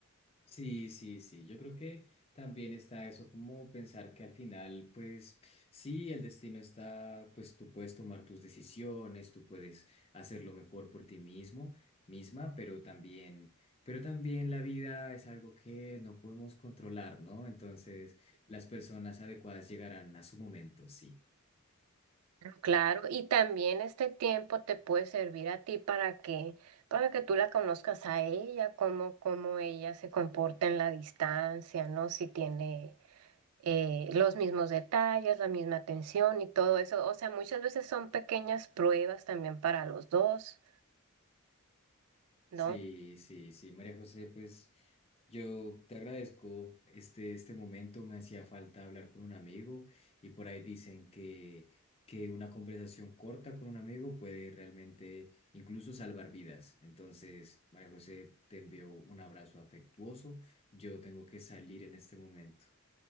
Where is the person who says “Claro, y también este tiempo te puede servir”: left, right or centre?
Right